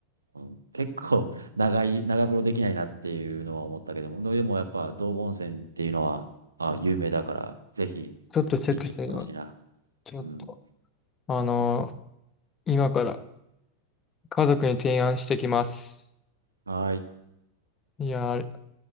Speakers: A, on the right; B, on the left.
A: うん、結構長い、長風呂できないなっていうのは思ったけども、でもやっぱ道後温泉っていうのは、あ、有名だから、ぜひ
B: ちょっとチェックしてみます。
A: 行ってみてほしいな。
B: ちょっと、
A: うん
B: あのー今から家族に提案してきます。
A: はい。
B: いやー、あれ